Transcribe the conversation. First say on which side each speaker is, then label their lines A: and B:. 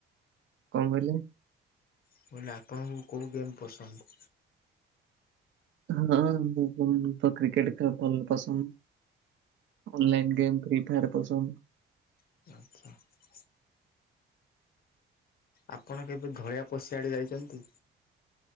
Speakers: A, on the right; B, on the left.
A: କଣ କହିଲେ?
B: କଇଲି ଆପଣଙ୍କୁ କେଉଁ ଗେମ୍ ପସନ୍ଦ?
A: ହଁ ମୁଁ ତ କ୍ରିକେଟ ଖେଳ ପସନ୍ଦ। ଅନ୍ଲାଇନ ଗେମ୍ ଫ୍ରି ଫାୟର ପସନ୍ଦ।
B: <inaudible> ଆପଣ କେବେ ଧଳିଆ ପଷିଆଡ଼େ ଯାଇଛନ୍ତି?